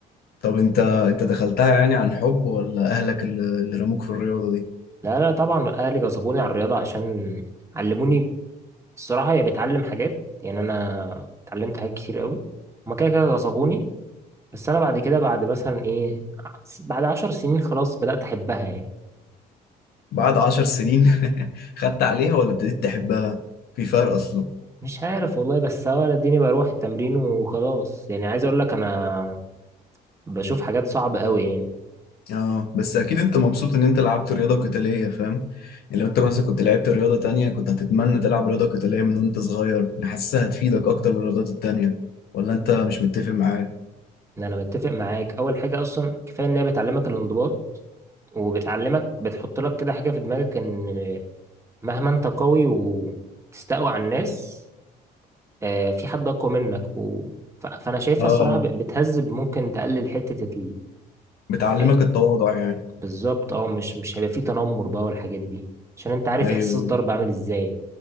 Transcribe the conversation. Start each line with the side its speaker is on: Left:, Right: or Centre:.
Left: طب انت انت دخلتها يعني عن حب ولا اهلك اللي اللي رموك في الرياضة دي
Right: لا لا طبعا اهلي غصبوني على الرياضة عشان علموني الصراحة هي بتعلم حاجات يعني انا اتعلمت حاجات كتير قوي هما كده كده غصبوني بس انا بعد كده بعد مثلا ايه بعد عشر سنين خلاص بدأت احبها يعني
Left: بعد عشر سنين <laughs> خدت عليها ولا ابتديت تحبها في فرق اصلا
Right: مش عارف والله بس هو أنا اديني بروح التمرين وخلاص يعني عايز اقول لك انا بشوف حاجات صعبة قوي يعني
Left: اه بس اكيد انت مبسوط ان انت لعبت رياضة قتالية فاهم يعني لو انت مثلا كنت لعبت رياضة تانية كنت هتتمنى تلعب رياضة قتالية من وانت صغير يعني حاسسها هتفيدك اكتر من الرياضات التانية ولا انت مش متفق معايا
Right: ان انا متفق معاك اول حاجة اصلا كفاية ان هي بتعلمك الانضباط وبتعلمك بتحط لك كده حاجة في دماغك ان مهما انت قوي وتستقوى على الناس آه، في حد اقوى منك و... ف- فانا شايفها
Left: اه
Right: الصراحة بت- بتهذب ممكن تقلل حتة ال...
Left: بتعلمك
Right: آه،
Left: التواضع يعني
Right: بالظبط اه مش مش هيبقى في تنمر بقى والحاجات دي عشان انت عارف
Left: ايوه
Right: احساس الضرب عامل ازاي